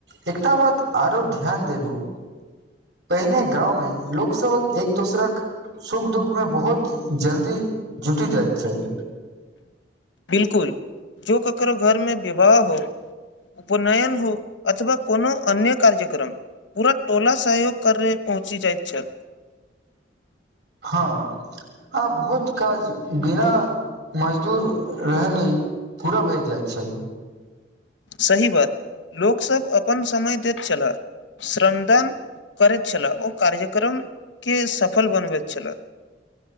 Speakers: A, on the right; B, on the left.
A: एकटा बात आरो ध्यान देलहुँ। पहिने गाँंव में लोक सबहक एक- दोसराक सुख- दुःख में बहुत जल्दी। जुटी जाइत छल।
B: बिल्कुल, जो ककरो घरमें विवाह हो। उपनयन हो, अथवा कोनो अन्य कार्यक्रम। पूरा टोला सहयोग करे पहुँचि जाइत छल।
A: हँ, आब बहुत काज बिना। मजदूर रहने पूरा भय जाइत छल।
B: सही बात, लोकसभ अपन समय दैत छलाह। श्रमदान करैत छलाह, ओ कार्यक्रमके सफल बनबैत छलाह।